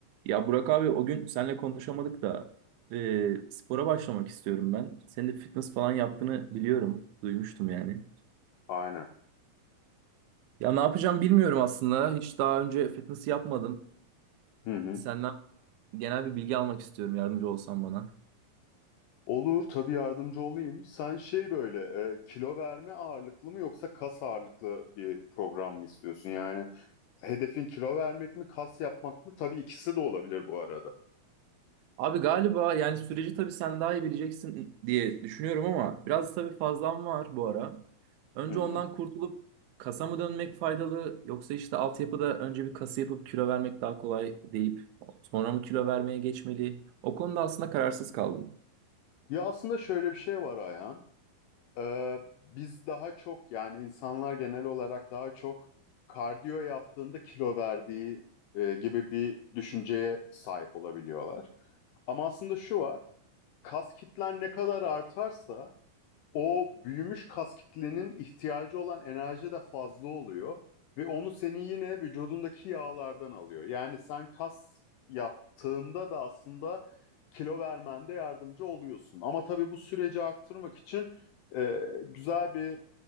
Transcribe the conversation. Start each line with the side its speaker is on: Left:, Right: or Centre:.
Right: Ya Burak abi o gün seninle konuşamadık da e, spora başlamak istiyorum ben. Senin de fitness falan yaptığını biliyorum. Duymuştum yani.
Left: Aynen.
Right: Ya ne yapacağım bilmiyorum aslında. Hiç daha önce fitness yapmadım.
Left: Hı hı.
Right: Senden genel bir bilgi almak istiyorum. Yardımcı olsan bana.
Left: Olur tabii yardımcı olayım. Sen şey böyle e, kilo verme ağırlıklı mı yoksa kas ağırlıklı bir program mı istiyorsun? Yani hedefin kilo vermek mi kas yapmak mı? Tabii ikisi de olabilir bu arada.
Right: Abi galiba yani süreci tabii sen daha iyi bileceksin diye düşünüyorum ama biraz tabii fazlam var bu ara. Önce
Left: Hı hı.
Right: ondan kurtulup kasa mı dönmek faydalı yoksa işte altyapıda önce bir kası yapıp kilo vermek daha kolay deyip sonra mı kilo vermeye geçmeli? O konuda aslında kararsız kaldım.
Left: Ya aslında şöyle bir şey var Ayhan. Ee, biz daha çok yani insanlar genel olarak daha çok kardiyo yaptığında kilo verdiği e, gibi bir düşünceye sahip olabiliyorlar. Ama aslında şu var. Kas kitlen ne kadar artarsa o büyümüş kas kitlenin ihtiyacı olan enerji de fazla oluyor ve onu senin yine vücudundaki yağlardan alıyor. Yani sen kas yaptığında da aslında kilo vermende yardımcı oluyorsun. Ama tabii bu süreci arttırmak için e, güzel bir